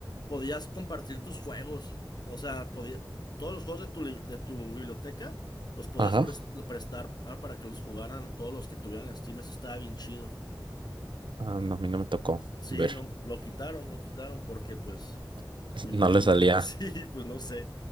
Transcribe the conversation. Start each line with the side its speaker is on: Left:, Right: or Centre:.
Left: podías compartir tus juegos. O sea, podía, todos los juegos de tu, li- de tu biblioteca los podías
Right: Ajá.
Left: pres- prestar pa- para que los jugaran todos los que tuvieran en Steam. Eso estaba bien chido.
Right: Ah, no, a mí no me tocó
Left: Sí,
Right: ver.
Left: no, lo quitaron, lo quitaron porque pues
Right: <laughs>
Left: Me imagino
Right: No le salía
Left: que <laughs> sí, pues no sé,